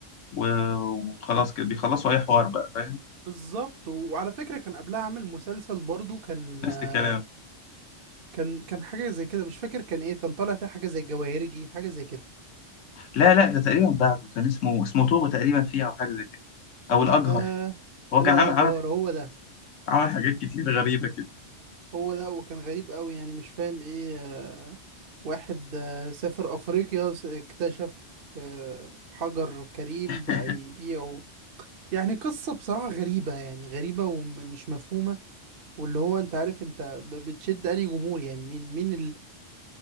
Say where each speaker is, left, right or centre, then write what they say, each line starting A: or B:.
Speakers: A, on the left (about 75°); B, on the right (about 50°).
A: و- وخلاص كده بيخلصوا اي حوار بقى فاهم
B: بالظبط وعلى فكرة كان قبلها عامل مسلسل برضو كان
A: نفس
B: آه،
A: الكلام
B: كان كان حاجة زي كده مش فاكر كان ايه كان طالع فيه حاجة زي الجواهرجي حاجة زي كده
A: لا لا ده تقريبا بعده كان اسمه اسمه توبة تقريبا فيه او حاجة زي كده او الاجهر
B: آه
A: هو
B: لا
A: كان عامل عامل
B: جار هو ده
A: عامل حاجات كتير غريبة كده
B: هو ده وكان غريب قوي يعني مش فاهم ايه آه، واحد آه، سافر أفريقيا س- اكتشف آه، حجر كريم
A: <laughs>
B: بقى يبيعه يعني قصة بصراحة غريبة يعني غريبة ومش مفهومة واللي هو انت عارف انت ب- بتشد انهي جمهور يعني مين مين ال...